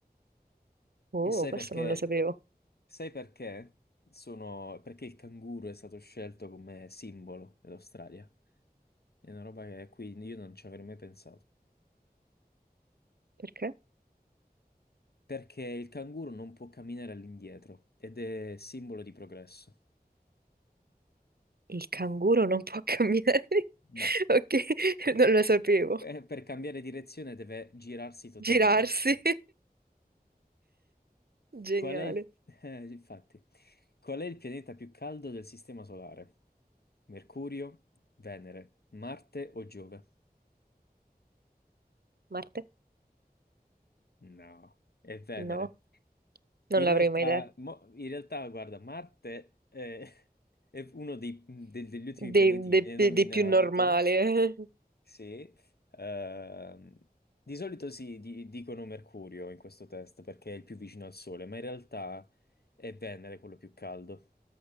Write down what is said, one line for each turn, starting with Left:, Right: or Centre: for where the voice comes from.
Right: Oh,
Left: E sai
Right: questo
Left: perché?
Right: non lo sapevo.
Left: Sai perché? Sono... Perché il canguro è stato scelto come simbolo dell'Australia. È una roba che qui io non ci avrei mai pensato.
Right: Perché?
Left: Perché il canguro non può camminare all'indietro ed è simbolo di progresso.
Right: Il canguro non può camminare.
Left: No,
Right: <laughs> Ok, non lo sapevo.
Left: Eh, per cambiare direzione deve girarsi totalmente.
Right: Girarsi. <laughs> Geniale.
Left: Qual è il... <laughs> eh, infatti, qual è il pianeta più caldo del Sistema Solare? Mercurio, Venere, Marte o Giove?
Right: Marte?
Left: No, è Venere.
Right: No, non
Left: In
Right: l'avrei
Left: realtà,
Right: mai detto.
Left: mo- in realtà, guarda, Marte eh, <laughs> è uno dei- del- degli ultimi pianeti
Right: Dei,
Left: che
Right: dei-
Left: viene
Right: dei-
Left: nominato.
Right: dei più normale. <laughs>
Left: Sì, ehm, di solito si di- dicono Mercurio in questo test perché è il più vicino al Sole, ma in realtà è Venere quello più caldo,